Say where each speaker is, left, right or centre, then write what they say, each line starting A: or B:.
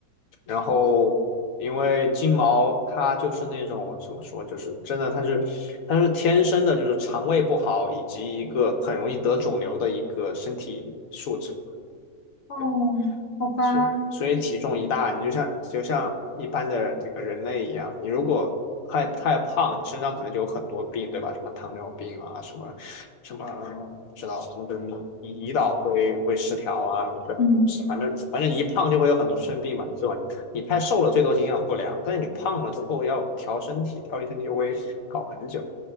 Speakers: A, on the left; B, on the left.
A: 然后因为金毛它就是那种怎么说，就是真的它是它是天生的，就是肠胃不好以及一个很容易得肿瘤的一个身体素质。
B: 哦，
A: 对。
B: 好吧，
A: 所以所以体重一大，你就像就像一般的这个人类一样，你如果太太胖，你身上可能就有很多病，对吧？什么糖尿病啊，什么什么不知道什么的胰胰岛会会失调啊，各种东西，
B: 嗯，
A: 反正反正一胖就会有很多生病嘛，最吧？你太瘦了，最多营养不良，但是你胖了之后要调身体，调理身体就会搞很久。